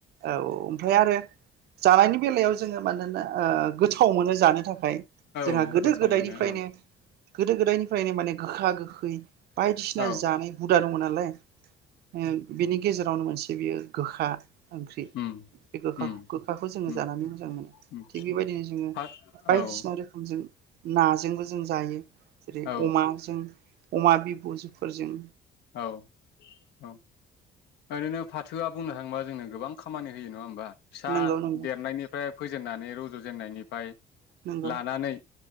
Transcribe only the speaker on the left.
औ
गोथाव
मोनो औ
औ
उम
उम
उम
उम
फाथ औ
औ
औ औ ओरैनो फाथोआ बुंनाय। थांबा जोंनो गोबां खामानि होयो नङा होनोमबा। फिसा
देरनायनिफ्राय। फोजेननानै रज'जेनन्नायनिफ्राय
लानानै